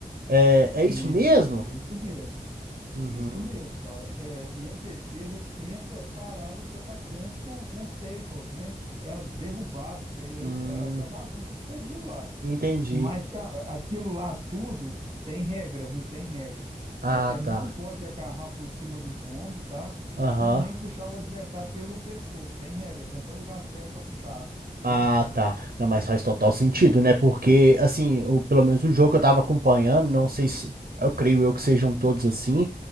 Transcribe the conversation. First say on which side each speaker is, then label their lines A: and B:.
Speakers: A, on the right; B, on the right.
A: É, é
B: E
A: isso mesmo?
B: isso mesmo,
A: Uhum.
B: isso mesmo, cara. É, e a defesa tenta parar os atacantes com, com os tackles, né? Que é as derrubadas, que é
A: Hum,
B: isso, é, que é a bagunça que você viu lá.
A: entendi.
B: Mas, cara, aquilo lá tudo tem regra, viu? Tem regra.
A: Ah,
B: É, é, não
A: tá.
B: pode agarrar por cima dos ombros, tá?
A: Aham.
B: E nem puxar o adversário pelo pescoço. Tem regra, tem até o lugar certo para puxar, viu?
A: Ah, tá. Não, mas faz total sentido, né? Porque, assim, o, pelo menos o jogo que eu tava acompanhando, não sei se. Eu creio eu que sejam todos assim,